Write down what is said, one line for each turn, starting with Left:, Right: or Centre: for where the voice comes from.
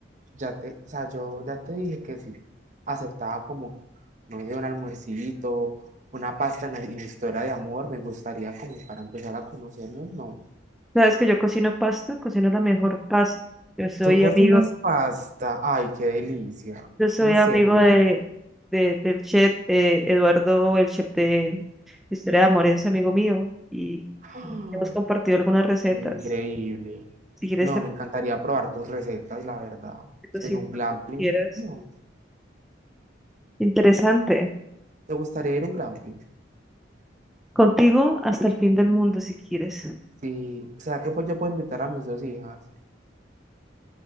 Right: ya te, o sea, yo ya te dije que si aceptaba como, no sé, un almuercito, una pasta en, la, en la historia de amor, me gustaría como para empezar a conocernos, no.
Centre: Sabes que yo cocino pasta, cocino la mejor pasta. Yo soy
Right: Tú cocinas
Centre: amigo,
Right: pasta, ay, qué delicia,
Centre: yo soy
Right: en serio,
Centre: amigo de, de- del chef eh, Eduardo, el chef de historia de amor es amigo mío y
Right: <gasps>
Centre: hemos compartido algunas recetas.
Right: increíble.
Centre: Si quieres,
Right: No,
Centre: te
Right: me encantaría probar tus recetas, la verdad.
Centre: te cocino
Right: En un glamping
Centre: lo que quieras.
Right: no,
Centre: Interesante.
Right: ¿te gustaría ir a un glamping
Centre: Contigo hasta el fin del mundo, si quieres.
Right: Sí, o sea que pues yo puedo invitar a mis dos hijas